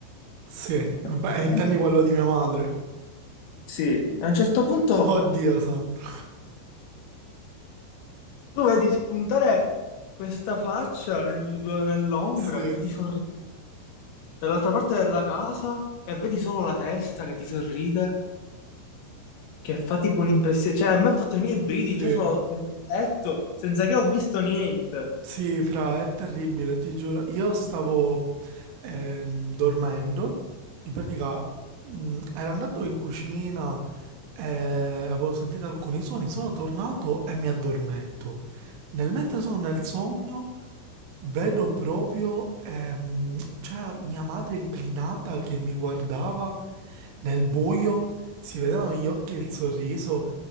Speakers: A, on the right; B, on the left.
A: sì, beh,
B: E praticamente-
A: intendi quello di mia madre?
B: Sì, a un certo punto
A: Oddio santo,
B: Tu vedi spuntare questa faccia nel- nell'ombra
A: sì,
B: che ti sorride dall'altra parte della casa e vedi solo la testa che ti sorride, che fa tipo un'impressione. Cioè, a me ha fatto venire i brividi
A: sì,
B: già solo che mi hai detto, senza che ho visto niente.
A: sì, fra, è terribile, ti giuro, io stavo ehm, dormendo, in pratica mh, ero andato in cucina e avevo sentito alcuni suoni, sono tornato e mi addormento. Nel mentre sono nel sogno, vedo proprio, ehm, cioè, mia madre inclinata che mi guardava Nel buio si vedevano gli occhi e il sorriso.